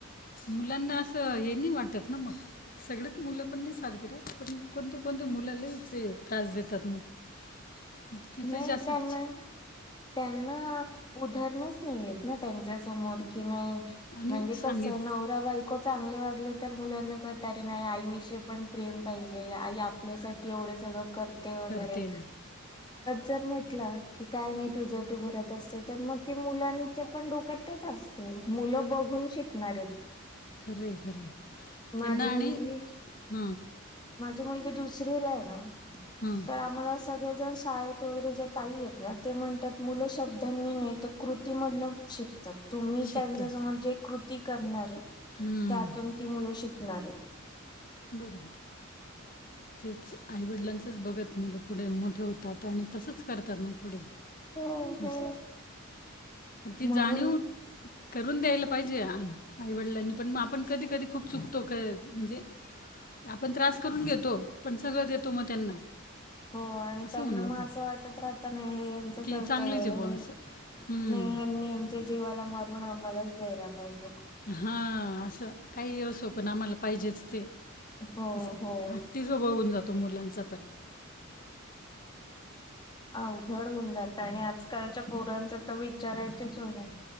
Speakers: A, on the left; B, on the left.
A: मुलांना असं हे नाही वाटत ना मग. सगळेच मुलं पण नाही सारखी राहत, पण कोणत्या कोणत्या मुल लय ये त्रास देतात मग. <inaudible>
B: नाही
A: जास्तच
B: त्यांना त्यांना उदाहरणच नाहीयेत ना, त्यांच्या समोर कि नाही
A: आणि
B: म्हणजे
A: सांगित
B: कसं नवरा बायको चांगले वागले तर, मुलांना कळत नाही आई विषयी पण प्रेम पाहिजे आई आपल्यासाठी एवढे सगळ करते वगैरे
A: करते
B: जर म्हटलं की काय नाही तुझ तू घरात असते तर, मग ते मुलांचे पण डोक्यात तेच असत, मुलं बघून शिकणार आहेत.
A: खरं आहे खरंयं
B: माझी
A: त्यांना आणि
B: मुलगी
A: ह.
B: माझी मुलगी दुसरी ला आहे ना.
A: हम्म,
B: तर आम्हाला सगळे जण शाळेत वगैरे ज्या ताई येत ना, ते म्हणतात मुलं शब्दांनी नेत कृतीमधलं शिक तर तुम्ही
A: शिकतात
B: त्यांच्यासमोर जे कृती करणार आहे,
A: हम्म
B: त्यातून ती मुलं शिकणार आहे.
A: बरोबर. तेच आई वडिलांचच बघत मुलं पुढे मोठे होतात, आणि तसंच करतात मग पुढे.
B: हम्म
A: असं,
B: हम्म.
A: पण ती
B: म्हणून
A: जाणीव करून द्यायला पाहिजे. आईवडलांनी पण मग आपण कधी कधी खूप चुकतो, म्हणजे आपण त्रास करून घेता. पण, सगळं देतो मग त्यांना.
B: हो, आणि
A: असं
B: त्यांना
A: होऊन जातं
B: मग
A: ते
B: असं वाटत राहत नाही हे यांचं
A: की
B: कर्तव्य
A: चांगलीच
B: आहे
A: बुवा
B: आणि
A: असं हम्म.
B: नाही यांनी यांच्या जीवाला मारून आम्हालाच द्यायला पहिजेलयं.
A: हा असं काही असो पण, आम्हाला पाहिजेच ते
B: हो
A: असं
B: हो
A: हट्टी स्वभाव होवून जातो, मुलांचा पण.
B: अवघड होऊन जातं, आणि आजकालच्या पोरांचं तर विचारायची सोय नाही.